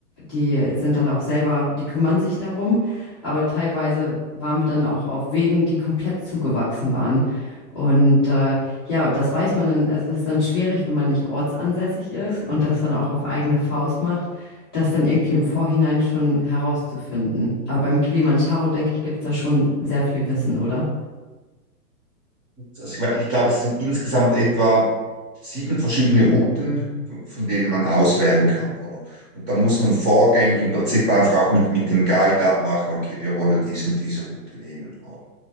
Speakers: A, on the left (about 15°); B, on the right (about 25°).
A: die sind dann auch selber, die kümmern sich darum. Aber teilweise waren wir dann auch auf Wegen, die komplett zugewachsen waren. Und äh, ja, das weiß man dann, also das ist dann schwierig, wenn man nicht ortsansässig ist und das dann auch auf eigene Faust macht, das dann irgendwie im Vorhinein schon herauszufinden. Aber beim Kilimanjaro, denke ich, gibt es da schon sehr viel Wissen, oder?
B: also ich meine, ich glaube, es sind insgesamt etwa sieben verschiedene Routen, von denen man auswählen kann, oder? Und da muss man vorgängig im Prinzip einfach auch mit, mit dem Guide abmachen, okay, wir wollen diese und diese Route nehmen, oder?